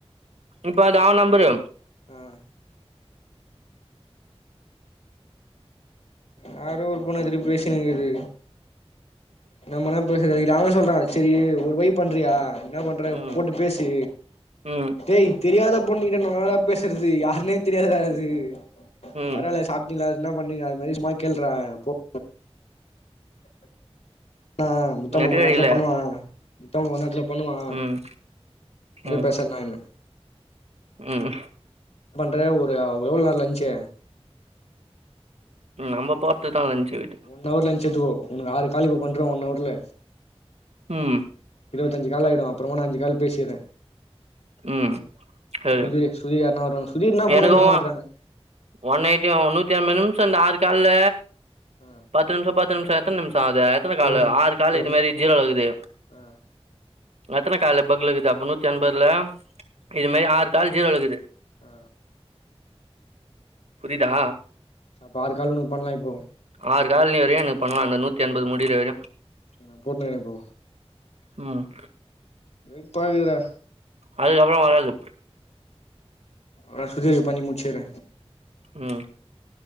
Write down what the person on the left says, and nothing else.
ஆ யாரோ ஒரு பொண்ணு எத்துடு பேசினுகுது நம்பனா பேசுற வழி இல்ல அவ சொல்றே செரி ஒரு வழி பண்றியா இன்னா பண்ற
போட்டு பேசு
டேய் தெரியாத பொண்ணுகிட் ட நா இன்னாடா பேசுற்து யாருனே தெரியாதுடா அது பரவால்ல
சாப்டிங்ளா இன்னா பண்ணீங்க அது மாரி சும்மா கேள்ற போ <inaudible> அ அ முத்தமிழ்
கொன்நேத்துல
பண்ணுவா அவ முத்தமிழ் கொன்நேத்துல பண்ணுவா
ஒடனே
பேசற்னாயின்ன
பண்ற ஒரு எவ்ள்நேர் லன்ச்சு
ஒன் அவர் லன்ச் எத்துக்கோ உனுக் ஆறு கால் இப்ப பண்ற ஒன் அவுர்ல
இருவத்தஞ்சி காலாய்டோ அப்புறமா நா அஞ்சி கால் பேசிற்றே
சுதிரு சுதீர் யார்னா வருவானுங் சுதீர்னா ஃபோன்
எடுக்க மாட்டறாங்க
ஆ
அறுவது
அறுவ
ஆ
அ
செ அப்ப ஆறு கால் உனுக்கு பண்லா இப்போ
செ நா போட்னுகிற இப்போ
வெறுப்பாகுதுடா
நா சுதிர்கு பண்ணி முச்சிற்ற